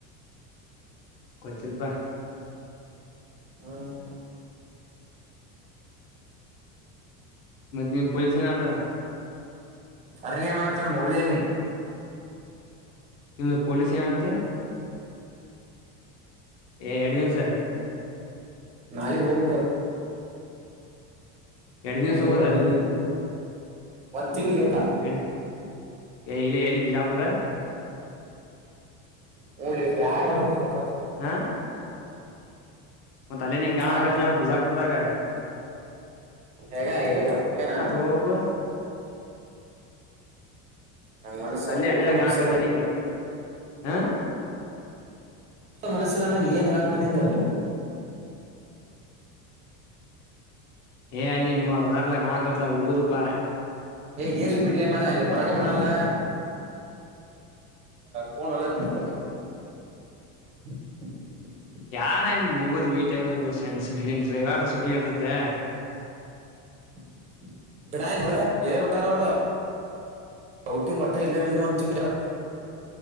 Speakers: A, on the left; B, on the right.
A: ಗೊತ್ತಿಲ್ ಪಾ
B: ಹ್ಮ್
A: ನಿನ್ಪೊಜಿಷನ್ ಆತ
B: ಅರಿಣಯ ಮಾಡತಾನ ಮೌಳನ್ನಿ
A: ನಿಮ್ದು ಪೊಲೀಸ್ ಏನತ್ತ ಏ.... ಎರಡು ದಿವ್ಸ
B: ನಾಳಗ್ ಹೋಗ್ಬೇಕ
A: ಎರಡ್ ದಿವ್ಸ
B: ಒಂದ್ ತಿಂಗಳ
A: ಹೋಗೋದ
B: ಹೋಗ ಒಂದ್ ತಿಂಗ್ಳ ತ
A: ಎರಡ್ ಇಲ್ಲಿ... ಎಲ್ಲಿ... ಬಿಜಾಪುರ
B: ಹೂ ಲೆ ಬ್ಯಾಡ ಒಡಸ <unintelligible>
A: ಹಾ ಮತ್ತೆ ಅಲ್ಲೇ ನೀ ಗಾವಕತ್ಲ್ಲ
B: ಯಾರ್
A: ಮತ ಬಿಜಾಪುರದಾಗ
B: ಹಗ... ಎಲ್ಲಗಾ ಗೊತ್ತೇನ
A: ಹೋಗ್ಬೇಕು
B: ನಂಗ್ ಮನಸಗ
A: ಮತ್ತ್ ಅಲ್ಲೇ
B: ಹೋಗದ
A: ಅಡ್ಡಾಡಕ್
B: ಮನಸ
A: ಗಾಂವ್ ಆಕತ್ಲ
B: ಇಲ್ಲ
A: ನಿಂಗ ಹಾ
B: ಮನಸ್ಸಲ್ಲ ನಾಗ ಏನ್ ಹೇಳ್ದ್ ನ ಹಿಂಗ
A: ಏ ಅಲ್ಲಿ ಮೂವರ್ದಾರಲ ಗಾ ಕತ್ಲ ಹಗದುಪ್ಪಾ
B: ಏ ಇರ್ಲಿ ಬಿಡಲೇ ಮಾರ ಅಲ್ಲಿ ಹೊರಗಬಡಾಲ್ಲ ನ್ ನಲ್ಲರ ಮ ಮಾಡತಿ <unintelligible>
A: ಯಾರ ಎ <unintelligible> ಹೋಗುದು ಬೇಟಿಗೋದು ಬರದು ರವಿವಾರ್ ಸೂಟಿ ಇರ್ತತಿ ತೆ.
B: <unintelligible> ಬಿಡಾಲ್ಲ ಹೇಳ ಬಟ್ಟಾರ ಅವರ ಔಟಿಂಗ್ ವಟ್ಟೆ ಇಲ್ಲ ಎಲ್ರಿ ಒಂದ ಎರಡ